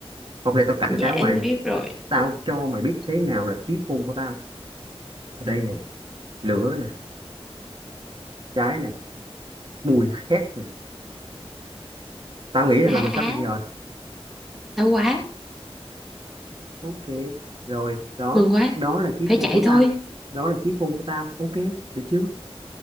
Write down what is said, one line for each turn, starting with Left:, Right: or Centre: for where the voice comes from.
Right: hôm nay tao cảnh
Centre: Dạ
Right: cáo
Centre: em
Right: mày
Centre: biết rồi.
Right: tao cho mày biết thế nào là chí khôn của tao đây nè lửa nè trái nè mùi khét rồi. tao nghĩ rằng là
Centre: Á
Right: mày sắp
Centre: á,
Right: đi rồi
Centre: đau quá,
Right: ok rồi đó
Centre: mừng quá,
Right: đó là chiếc
Centre: phải
Right: hôn
Centre: chạy
Right: của tao
Centre: thôi.
Right: đó là chiếc hôn của tao ok được chưa